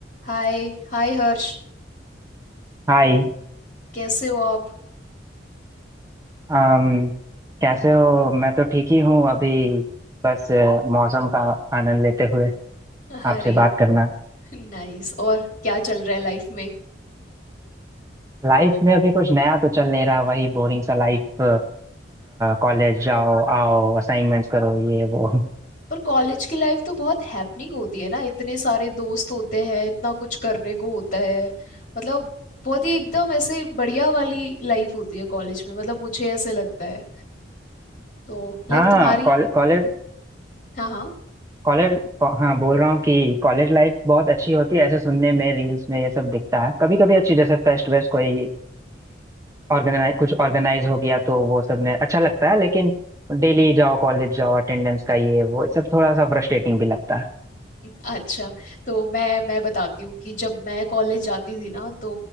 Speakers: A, on the left (about 40°); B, on the right (about 15°).
A: हाय Hi Harsh
B: हाय
A: कैसे हो आप
B: अम कैसे हो मैं तो ठीक ही हूँ अभी बस अ, मौसम का आनंद लेते हुए
A: अरे
B: आपसे बात करना
A: नाइस और क्या चल रहा है लाइफ में
B: लाइफ में अभी कुछ नया तो चल नहीं रहा वही बोरिंग सा लाइफ कॉलेज जाओ आओ असाइनमेंट्स करो ये वो
A: पर कॉलेज की लाइफ तो बहुत हैपनिंग होती है ना इतने सारे दोस्त होते हैं इतना कुछ करने को होता है मतलब बहुत ही एकदम ऐसे बढ़िया वाली लाइफ होती है कॉलेज में मतलब मुझे ऐसे लगता है तो लाइक
B: हाँ
A: तुम्हारी
B: कॉलेज
A: हाँ हाँ
B: कॉलेज हाँ बोल रहा हूँ कि कॉलेज लाइफ बहुत अच्छी होती है ऐसे सुनने में रील्स में ये सब दिखता है कभी कभी अच्छी जैसे फेस्ट वेस्ट कोई ऑर्गेनाइज कुछ ऑर्गेनाइज हो गया तो वो सब में अच्छा लगता है लेकिन डेली जाओ कॉलेज जाओ अटेंडेंस का ये वो सब थोड़ा सा फ्रस्ट्रेटिंग भी लगता है
A: अच्छा तो मैं मैं बताती हूँ कि जब मैं कॉलेज जाती थी ना तो